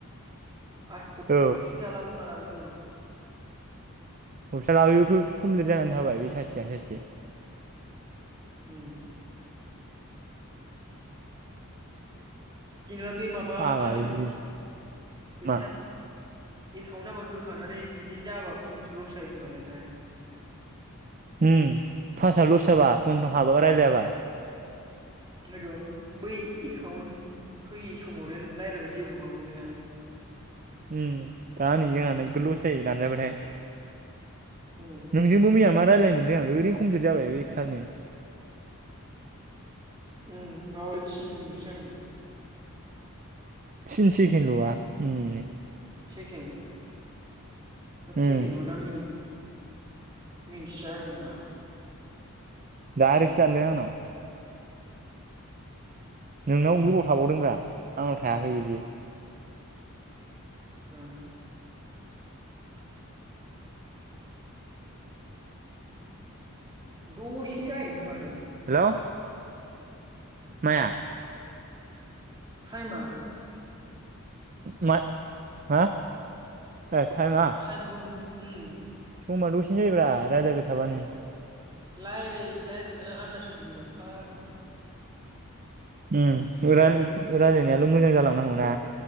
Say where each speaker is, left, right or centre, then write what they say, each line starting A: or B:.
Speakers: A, on the right; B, on the right.
A: आरो हर-हरफिन
B: औ
A: जालाबो मालाबो ज' नङा <inaudible>
B: <unintelligible> बेखौ कमप्लिट जानानै
A: जागोन
B: थाबाय बे सासेया सासे।
A: उम जेनेबा बे माबा
B: फाग्ला
A: मा होनो
B: बिदि
A: <inaudible> फैसा
B: मा
A: एकाउन्ट नाम्बार होखानानै बिदि जाबा खमसो लस जायो होमबालाय ना।
B: उम, फास लस जाबा फन हाबा राय्लायाबा।
A: ओंखायथ' बै एकाउन्ट होयि समाव देन रायलायबा जेबो नङामोन बे ना।
B: उम दा नै जोंहा नोगोर लस जायो दानजाबाथाय। <inaudible>
A: उम
B: नोंजोंबो मैया मा रायलायनो मोनदों आं ओरैनो कमप्लिट जाबाय बेखारनो।
A: उम <unintelligible> थिन मिनिटसो जादोंमोन।
B: थिन सेकेन्द ल'आ <unintelligible>
A: सेकेन्द होद
B: उम
A: सेकेन्ड नङा दां मिनिट। मिनथिया <unintelligible>
B: दायरेकसो दानदों आंनाव। नोंनाव गोबाव थाबावदोंब्रा। आंनाव
A: आं
B: थायाखै बिदि
A: जानो द'सिनो जायो ओमफ्राय माथो।
B: हेलौ माया?
A: थाइम आ।
B: मा <inaudible> मा? ए टाइमा।
A: टाइमखौ उम
B: समा दसेनो जायोब्रा रायलायबाय थाबानो।
A: लायेर लाय <inaudible> नो आन्दाजखौ मोनो फाग्ला।
B: उम <unintelligible>
A: नंगौदा
B: <unintelligible> ल' मोजां जालांनांगौना।